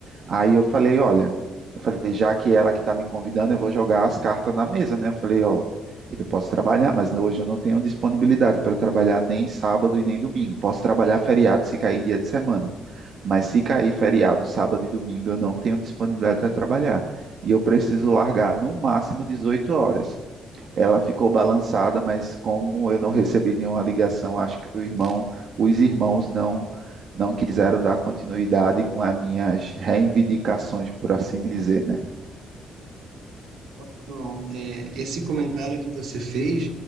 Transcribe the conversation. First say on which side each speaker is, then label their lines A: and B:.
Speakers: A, on the right; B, on the right.
A: Aí eu falei: Olha, eu falei, já que ela que está me convidando, eu vou jogar as cartas na mesa, né? Eu falei: Ó, eu posso trabalhar, mas hoje eu não tenho disponibilidade para trabalhar nem sábado e nem domingo. Posso trabalhar feriado se cair dia de semana. Mas se cair feriado, sábado e domingo, eu não tenho disponibilidade para trabalhar. E eu preciso largar no máximo dezoito horas. Ela ficou balançada, mas como eu não recebi nenhuma ligação, acho que o irmão, os irmãos não não quiseram dar continuidade com as minhas reivindicações, por assim dizer, né?
B: Olha, João, é, esse comentário que você fez